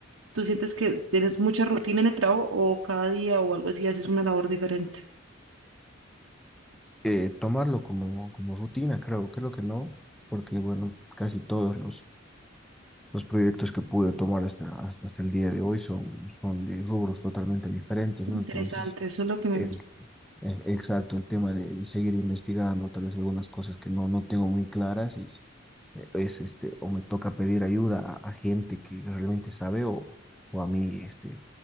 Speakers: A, on the right (about 80°); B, in the centre.
A: ¿tú sientes que tienes mucha rutina en el trabajo o cada día o algo así haces una labor diferente?
B: eh, tomarlo como, como rutina, creo, creo que no, porque bueno, casi todos los, los proyectos que pude tomar hasta, hasta, hasta el día de hoy son, son de rubros totalmente diferentes, ¿no?
A: Interesante,
B: Entonces,
A: eso es lo que me
B: el,
A: gusta.
B: eh, exacto, el tema de, de seguir investigando, tal vez algunas cosas que no, no tengo muy claras, es, eh, es este, o me toca pedir ayuda a, a gente que realmente sabe o, o a mí, este,